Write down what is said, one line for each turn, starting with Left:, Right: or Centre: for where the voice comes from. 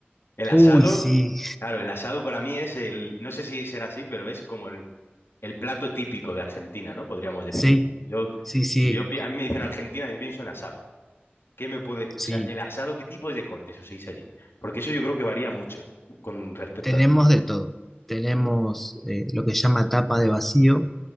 Left: El asado,
Centre: Uy, sí,
Left: claro, el asado para mí es el, no sé si será así, pero es como el, el plato típico de Argentina, ¿no? Podríamos decir.
Centre: sí,
Left: Yo,
Centre: sí, sí,
Left: si yo, pi- a mí me dicen Argentina, yo pienso en asado. ¿Qué me puede,
Centre: sí.
Left: o sea, el asado, qué tipos de cortes uséis allí? Porque eso yo creo que varía mucho con respecto
Centre: Tenemos
Left: a aquí.
Centre: de todo. Tenemos
Left: ¿Mm?
Centre: eh, lo que se llama tapa de vacío,